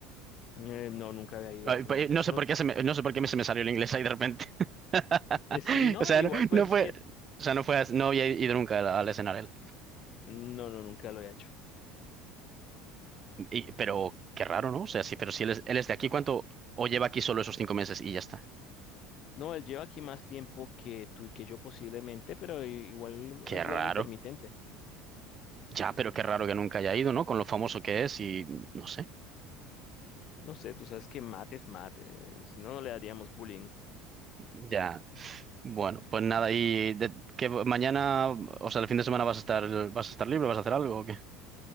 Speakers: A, on the left; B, on the right.
A: Eh, no, nunca había ido
B: Ay,
A: a sonar.
B: pues,
A: De
B: No
A: hecho,
B: sé
A: no.
B: por qué se me, no sé por qué me- se me salió el inglés ahí de repente. <laughs>
A: eh, sí, no,
B: O sea,
A: e igual
B: no,
A: pues
B: no fue,
A: es que
B: o sea, no fue, no había ido nunca al, al escenario.
A: no, no, nunca lo he hecho.
B: Y- pero qué raro, ¿no? O sea, sí, pero si él es, él es de aquí, ¿cuánto? O lleva aquí solo esos cinco meses y ya está.
A: No, él lleva aquí más tiempo que tú y que yo posiblemente, pero i- igual
B: Qué
A: ha sido
B: raro.
A: algo intermitente.
B: Ya, pero qué raro que nunca haya ido, ¿no? Con lo famoso que es y no sé.
A: No sé, tú sabes que mate es mate, eh, si no, no le daríamos bullying.
B: Ya. Bueno, pues nada, y de, que mañana, o sea, el fin de semana vas a estar, vas a estar libre, vas a hacer algo o qué?